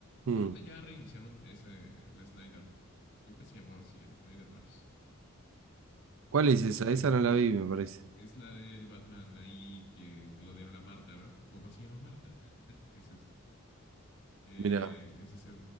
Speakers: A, on the right; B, on the left.
A: Mm.
B: Ahorita ya reiniciaron ese, el Snyder. Creo que se llamaba así, el Snyderverse.
A: ¿Cuál es esa?
B: Eh,
A: Esa no la
B: pues
A: vi, me parece.
B: es la del Batman ahí que, que lo de la Marta, ¿no? ¿Cómo más se llama Marta? <laughs> Ese es. Eh,
A: Mirá.
B: es ese,